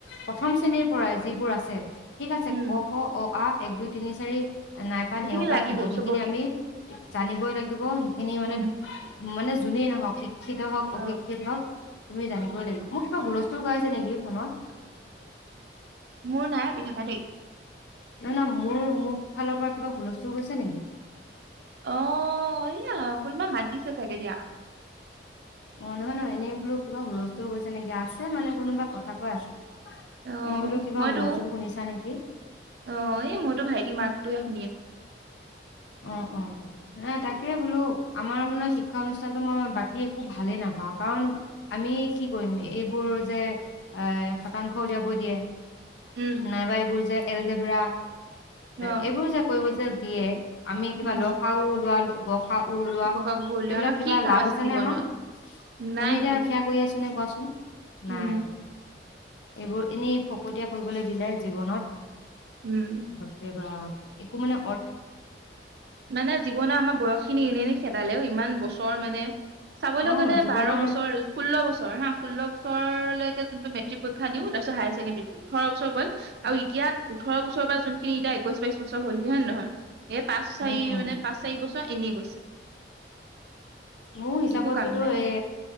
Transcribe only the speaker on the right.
উম
এইখিনি
লাগিব
চবকে
উম
অ
মোৰ নাই কৈ থকা দেই
অ এয়া কোনোবা মাতিছে। চাগে দিয়া।
অ
মইতো
অ এই মইতো ভাইটি মাত। ত <unintelligible>
উম
অ
উম
ঘোষা ঘুগুৰলৈ
আমাৰ
কি কাম
জীৱনত
নাই
একো
উম
উম
মানে জীৱনৰ আমাৰ বয়স খিনি এনে এনে। খেদালেও ইমান বছৰ মানে। চাবলৈ
গ'লে
বাৰ বছৰ ষোল্ল বছৰ। ধৰ হা ষোল্ল লৈকে যোনটো মেট্ৰিক পৰীক্ষা দিও তাৰ পিছ হায়াৰ ছেকেণ্ডেৰীটো ওঠৰ বছৰ হল আৰু এতিয়া ওঠৰ বছৰ যোনখিনি এতিয়া একৈশ বাইশ বছৰ হল কি হয় নে নহয়। এ পাঁচ চাৰি
মানে পাঁচ চাৰি বছৰ। এনেই গৈছে।
একো কাম নাই